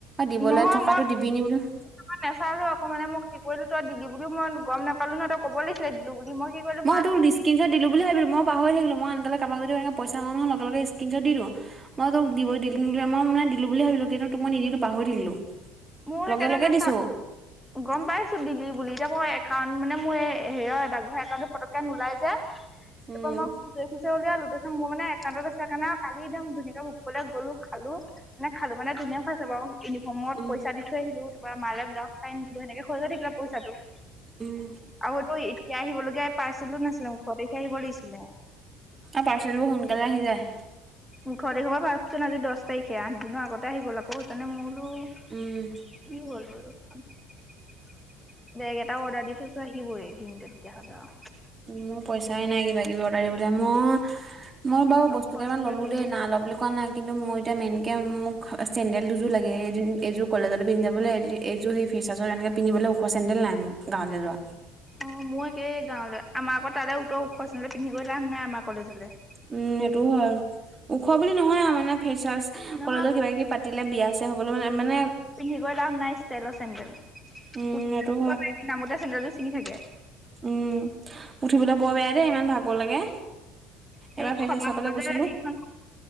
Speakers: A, on the right; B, in the centre.
A: দিবলৈ
B: নহয়
A: থকাতো দিবি নি বোলো
B: মই নাচালো আক। মানে মোক কি কৰিলো তই দিবি বুলিও মই গম নাপালো নহ, তই কব লাগছিলে। দিলোঁ বুলি মই কি কৰিলো
A: মই তোক স্ক্ৰীণচত দিলো বুলি ভাবিলো মই পাহৰি থাকিলো মই আনকালে কাবাক যদি এনেকে পইচা মাৰো নহয় লগে লগে স্ক্ৰীণচট দি দিওঁ। মই তোক দিব দিলো মই মানে দিলো বুলি ভাবিলো, কিন্তু তোক মই নিদিলো পাহৰি থাকিলো।
B: মোৰ
A: লগে
B: সেইকাৰনেই
A: লগে
B: নেচাং
A: দিছো
B: গম পাইছো দিলি বুলি এতিয়া মই একাউণ্ট মানে মোৰ এই হেৰি ডাকঘৰ একাউণ্টটো পতককে নোলাই যে।
A: উম
B: যে তাৰ পৰা মই খুচৰি খুচৰি উলিয়াইলো। তাৰ পিছত মোৰ মানে একাউণ্টত আছে কাৰণে আৰু কালি একদম ধুনীয়াকে অকলে গলো খালো, মানে খালো। মানে ধুনীয়া খুৱাইছে বাৰু। ইউনিফৰ্মত
A: উম
B: পইচা দি থ আহিলো তাৰ পৰা মালে ব্লাউচ এটা আনি দিলো। সেনেকে খৰচ হৈ থাকিলে পইচাটো।
A: উম।
B: আৰু এইটো এতিয়া আহিবলগীয়া পাৰ্চেলো নাছিলে ওঠৰ তাৰিখে আহিব লাগছিলে।
A: অ পাৰ্চেলবোৰ সোনকালে আহি যায়।
B: ওঠৰ তাৰিখৰ পৰা ভাবচোন আজি দচ তাৰিখহে। আঠ দিনৰ আগতে আহি গ'ল আকৌ সেইকাৰণে মই বোলো
A: উম
B: কি হ'ল ল বোলো বেগ এটা অৰ্ডাৰ দি থৈছো, আহিবই দিনতো তেতিয়া হ'লে আও।
A: মোৰ পইচাই নাই কিবা কিবি অৰ্ডাৰ দিবলৈ। মোৰ মই বাৰু
B: চব
A: বস্তু
B: খৰচ
A: কেইটামান
B: কৰি
A: ললো
B: দিলো নহয়
A: দেই। নাই লোৱা বুলি কোৱা নাই। কিন্তু মোৰ এতিয়া মেইনকে মোক চেণ্ডেল দুযোৰ লাগে, এদিন এযোৰ কলেজলৈ পিন্ধি যাবলে, এয এযোৰ সেই ফেচাছত এনেকে পিন্ধিবলৈ ওখ চেন্দেল নাই মোৰ গাৱলৈ যোৱা।
B: অ মই একেই গাঁৱলৈ, আমাৰ আকৌ তালে উত্তৰ ওখ চেন্দেল পিন্ধি গৈ লাভ নাই আমাৰ কলেজলে
A: উম এইটোও হয়। ওখ বুলি নহয় আৰু মানে ফেছৱাছ,
B: নহয়
A: কলেজত কিবা কিবি পাতিলে বিয়া ছিয়া হ'বলৈ মানে মানে
B: পিন্ধিকৈ লাভ নাই ষ্টাইলৰ চেন্দেল। উঠিব
A: উম সেইটো হয়
B: পাৰিবি, নামোতে চেন্দেলযোৰ চিঙি থাকে।
A: উম উঠিবলে বৰ বেয়া দেই ইমান ভাগৰ লাগে
B: সেই
A: এবাৰ ফেছৱাছ
B: খলা
A: চাবলে
B: মাজে
A: গৈছিলো
B: সেইখন